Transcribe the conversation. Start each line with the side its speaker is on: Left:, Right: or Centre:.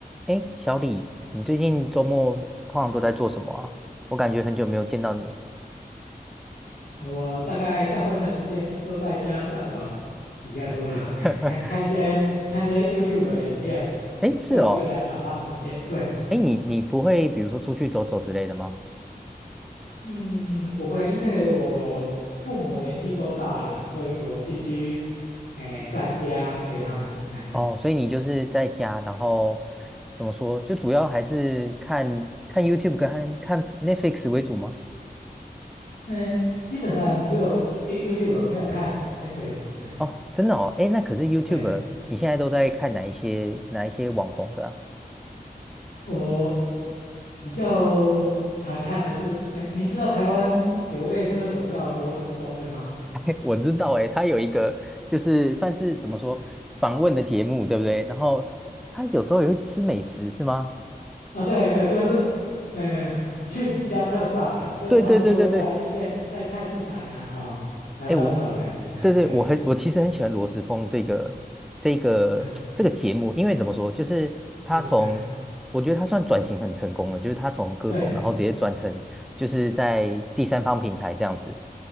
Centre: 哎，小李，你最近周末通常都在做什么啊？我感觉很久没有见到你。
Left: 我大概大部分的时间都在家上网比较多啦，
Centre: <laughs>
Left: 哎，看看一些看一些 YouTube 的影片，
Centre: 哎是哦，
Left: 用这个来打发时间。对，嗯，
Centre: 哎，你你不会比如说出去走走之类的吗？
Left: 嗯不会，因为我父母年纪都大了，所以我必须哎在家陪他们。哎，
Centre: 哦，所以你就是在家，然后怎么说，就主要还是看看 YouTube 跟看看 Netflix 为主吗？
Left: 嗯，基本上只有 You- YouTube 没有看 Netflix。哎，
Centre: 哦，真的哦，哎，那可是 YouTube，
Left: 对，
Centre: 你现在都在看哪一些哪一些网红的啊？
Left: 我比较常看的是，哎，你知道台湾有位歌手叫罗时丰的吗？
Centre: <laughs> 我知道，哎，他有一个就是算是怎么说访问的节目，对不对？然后他有时候也会去吃美食，是吗？
Left: 啊，对对，就是，呃，去你家蹭饭呐、就他就会在一些在菜市场啊，
Centre: 对对对对对，
Left: 哈、然后找人，
Centre: 哎，我
Left: 哎，
Centre: 对对我很我其实很喜欢罗时丰这个这个
Left: 对，哎，
Centre: <tsk> 这个节目，因为怎么说，就是他从我觉得他算转型很成功了，
Left: 是，哎，
Centre: 就是他从歌手，
Left: 对，
Centre: 然后直接转成就是在第三方平台这样子。
Left: 嗯